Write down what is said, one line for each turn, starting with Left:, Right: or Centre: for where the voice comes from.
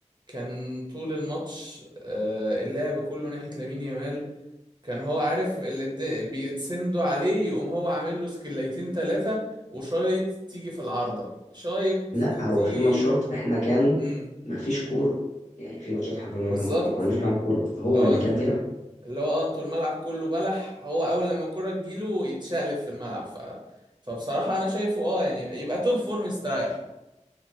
Right: كان طول الماتش آه، اللعب كله ناحية لامين يامال كان هو عارف اللي الد- بيتسندوا عليه يقوم هو عامل له سكليتين تلاتة وشايط تيجي في العارضة شايط
Left: لا هو
Right: تيجي
Left: في ماتشات احنا كان
Right: امم
Left: ما فيش كوره يعني في ماتشات احنا كنا
Right: بالظبط
Left: ما كناش بنلعب كوره هو
Right: اللي هو
Left: اللي كان بيلعب
Right: اللي هو آه، انتوا الملعب كله بلح هو اول لما الكرة تجيله يتشقلب في الملعب ف... فبصراحة انا شايفه اه يعني يبقى توب فور مستريح